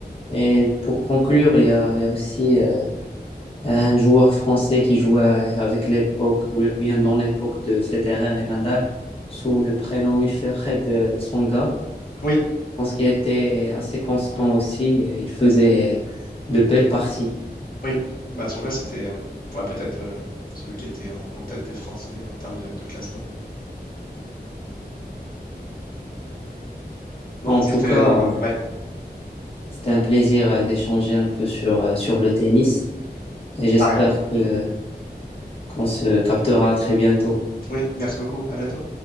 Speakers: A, on the left; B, on the left.
A: Et pour conclure, il y a, il y a aussi euh, Euh, un joueur français qui jouait avec l'époque, ou bien dans l'époque de Federer et Nadal, sous le prénom Wilfried Tsonga.
B: Oui,
A: Je pense qu'il était assez constant aussi, et il faisait de belles parties.
B: oui. Matsonga, c'était euh, ouais, peut-être le- celui qui était en, en tête des Français en termes de, de classement. Bon,
A: En
B: c'était...
A: tout cas,
B: Ouais,
A: c'était un plaisir euh, d'échanger un peu sur, euh, sur le tennis et j'espère
B: pareil.
A: que qu'on se captera très bientôt.
B: Oui, merci beaucoup. À bientôt.